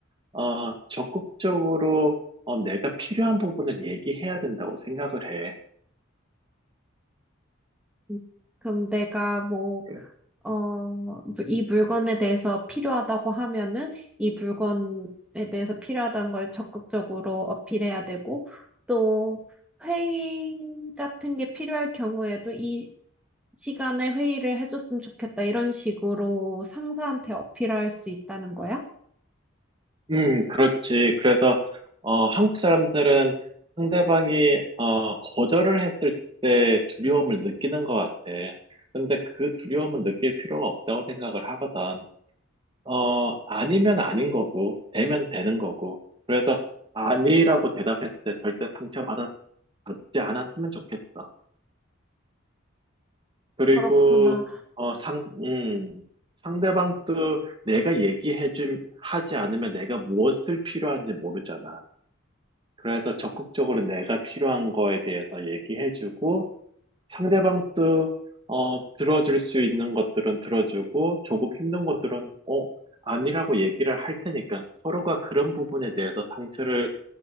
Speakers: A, on the right; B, in the centre.
A: 어, 적극적으로 어, 내가 필요한 부분을 얘기해야 된다고 생각을 해.
B: 음, 그럼 내가 뭐,
A: 그-
B: 어, 뭐 이 물건에 대해서 필요하다고 하면은 이 물건에 대해서 필요하다는 걸 적극적으로 어필해야 되고 또 회의 같은 게 필요할 경우에도 이 시간에 회의를 해줬으면 좋겠다. 이런 식으로 상사한테 어필할 수 있다는 거야?
A: 음, 그렇지. 그래서, 어, 한국 사람들은 상대방이, 어, 거절을 했을 때 두려움을 느끼는 것 같아. 근데 그 두려움은 느낄 필요가 없다고 생각을 하거든. 어, 아니면 아닌 거고, 되면 되는 거고. 그래서, 아니라고 대답했을 때 절대 상처받았, 받지 않았으면 좋겠어. 그리고,
B: 그렇구나.
A: 어, 상, 음, 상대방도 내가 얘기해줌, 하지 않으면 내가 무엇을 필요한지 모르잖아. 그래서 적극적으로 내가 필요한 거에 대해서 얘기해주고, 상대방도, 어, 들어줄 수 있는 것들은 들어주고, 조금 힘든 것들은, 어, 아니라고 얘기를 할 테니까, 서로가 그런 부분에 대해서 상처를